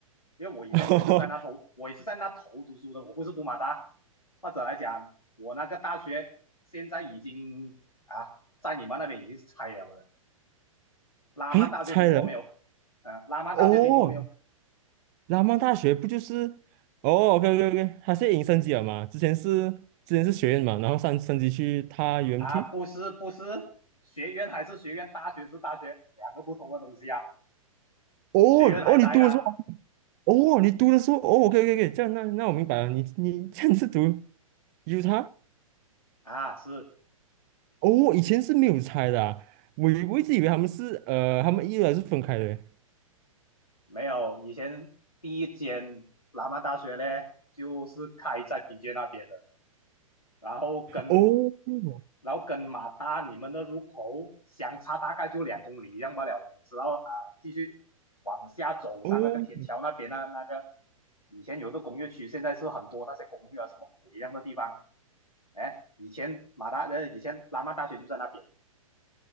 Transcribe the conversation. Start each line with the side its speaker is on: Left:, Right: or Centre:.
Left: 因为我以前我也是在那头，
Right: <laughs>
Left: 我也是在那头读书的，我不是读马大，或者来讲，我那个大学现在已经啊，在你们那边已经是拆了的。拉曼大学听过没有？
Right: 啊，猜了
Left: 嗯、呃拉曼大学听过没有？
Right: 哦，拉曼大学不就是哦？OK OK OK，它是已经升级了嘛？之前是之前是学院嘛，然后上升级去它 UMT。
Left: 啊，不是不是，学院还是学院，大学是大学，两个不同的东西啊。
Right: 哦哦，
Left: 学院还在的啊
Right: 你读的时候。哦，你读的时候，哦，OK，OK，OK，这样那那我明白了，你你 <laughs> 这样是读有 t
Left: 啊是
Right: 哦，以前是没有拆的啊，我以我一直以为他们是呃，他们依然是分开的。
Left: 没有以前第一间拉曼大学呢，就是开在比杰那边的。然后跟
Right: 哦，嗯，
Left: 然后跟马达你们的入口相差大概就两公里这样罢了，你知道啊，继续往下走上那个天桥那边那那个
Right: 哦
Left: 以前有一个工业区，现在是很多那些公寓啊什么鬼一样的地方，哎，以前马达的以前拉曼大学就在那边